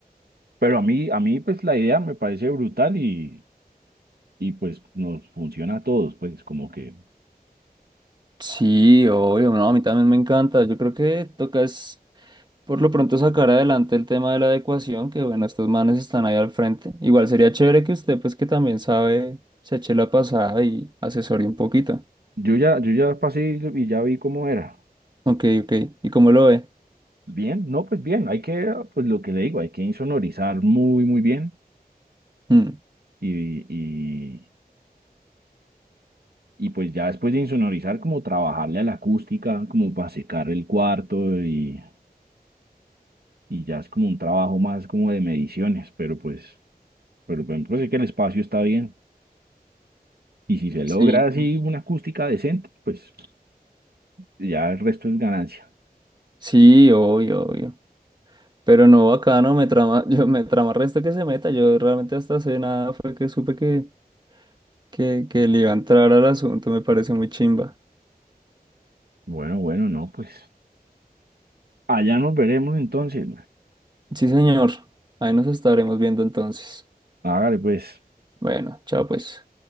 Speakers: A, on the right (about 80°); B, on the right (about 30°).
A: Pero a mí, a mí, pues la idea me parece brutal y, y pues nos funciona a todos, pues como que
B: Sí, obvio, no, a mí también me encanta. Yo creo que toca es por lo pronto sacar adelante el tema de la adecuación, que bueno, estos manes están ahí al frente. Igual sería chévere que usted, pues que también sabe, se eche la pasada y asesore un poquito.
A: yo ya, yo ya pasé y lo- y ya vi cómo era.
B: Ok, ok. ¿Y cómo lo ve?
A: Bien, no, pues bien, hay que, pues lo que le digo, hay que insonorizar muy, muy bien
B: Mm,
A: y, y, Y pues ya después de insonorizar, como trabajarle a la acústica, como para secar el cuarto y, y ya es como un trabajo más como de mediciones, pero pues, pero por ejemplo sé que el espacio está bien. Y si se logra
B: Sí,
A: así una acústica decente, pues ya el resto es ganancia.
B: sí, obvio, obvio. Pero no, acá no me trama, <laughs> yo me trama resto que se meta. Yo realmente hasta hace nada fue que supe que, que, que le iba a entrar al asunto, me parece muy chimba.
A: Bueno, bueno, no, pues allá nos veremos entonces.
B: Sí, señor. Ahí nos estaremos viendo entonces.
A: Hágale pues.
B: Bueno, chao pues.